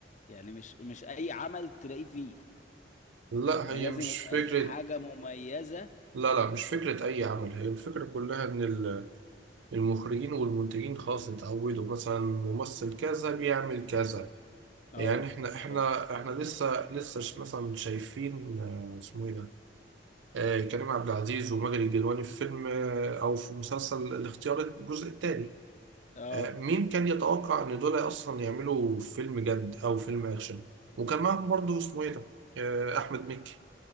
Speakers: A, on the left; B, on the right.
A: يعني مش مش اي عمل تلاقيه فيه
B: لا
A: هو
B: هي
A: لازم
B: مش
A: يبقى
B: فكره
A: الحاجة مميزة
B: لا لا مش فكره اي عمل هي الفكره كلها ان ال المخرجين والمنتجين خلاص اتعودوا مثلا ممثل كذا بيعمل كذا
A: اه
B: يعني احنا احنا
A: اه
B: احنا لسه لسه ش- مثلا شايفين آه، اسمه ايه ده آه، كريم عبد العزيز وماجد الكدواني في فيلم آه، او في مسلسل الاختيار الجزء الثاني
A: اه
B: مين كان يتوقع ان دول اصلا يعملوا فيلم جد او فيلم اكشن وكان معاهم برضه اسمه ايه ده آه، احمد مكي